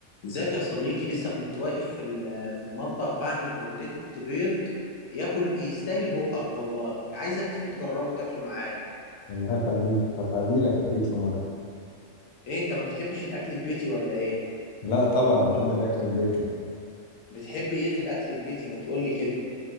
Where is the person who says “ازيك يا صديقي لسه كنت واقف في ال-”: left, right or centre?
Left